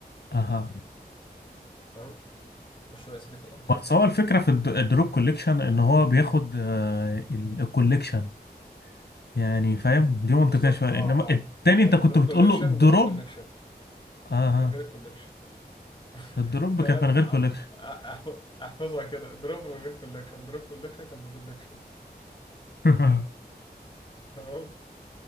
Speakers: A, on the left (about 75°); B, on the left (about 30°).
A: اها
B: فاهم خش يا سيدي في الأبديت
A: بس هو الفكرة في الد- الدروب كوليكشن ان هو بياخد الكوليكشن يعني فاهم دي منطقية
B: بالظبط
A: شوية
B: اه
A: انما
B: اه
A: التاني انت
B: أيوة
A: كنت
B: دروب
A: بتقول
B: كوليكشن
A: له الدروب
B: بياخد كوليكشن
A: اه
B: من غير الكوليكشن <laughs>
A: الدروب
B: فاهم
A: كانت من غير
B: أ-
A: كوليكشن
B: أ- أحفظها كده دروب من غير كوليكشن دروب كوليكشن كان بكوليكشن
A: <laughs>
B: تمام